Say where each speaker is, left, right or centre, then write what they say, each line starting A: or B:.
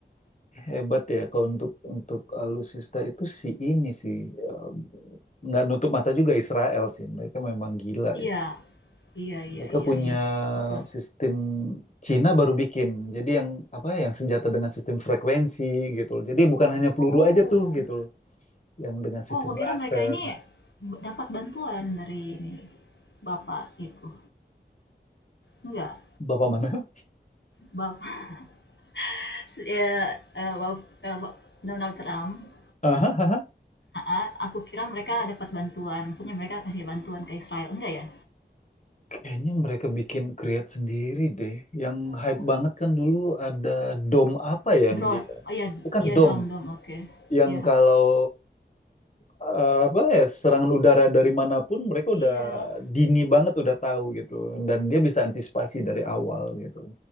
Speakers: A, on the left; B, on the left.
A: hebat ya, kalau untuk untuk alutsista itu si ini sih eh, nggak nutup mata juga Israel sih. Mereka memang gila
B: iya
A: itu.
B: iya iya
A: Mereka
B: iya
A: punya
B: iya betul
A: sistem Cina baru bikin. Jadi yang apa? ya, Yang senjata dengan sistem frekuensi gitu loh. Jadi bukan hanya peluru
B: Oh.
A: aja tuh gitu loh. Yang dengan sistem
B: Oh, gua kira
A: laser
B: mereka ini
A: gitu.
B: b- dapat bantuan dari ini Bapak itu. Enggak.
A: Bapak mana?
B: Bapak <laughs> se- ya, eh, Bap- eh, Ba- Donald Trump.
A: <laughs>
B: Aa, aku kira mereka dapat bantuan. Maksudnya mereka kasih bantuan ke Israel. Enggak ya?
A: Kayaknya mereka bikin create sendiri deh. Yang
B: Oh,
A: hype banget kan dulu ada dom apa ya yang
B: drone.
A: dia
B: Oh ya,
A: bukan
B: iya
A: dom
B: dom dom. Oke.
A: yang
B: ya
A: kalau eh, apa ya serangan udara dari manapun mereka
B: Iya.
A: udah dini banget udah tahu gitu dan dia bisa antisipasi dari awal gitu.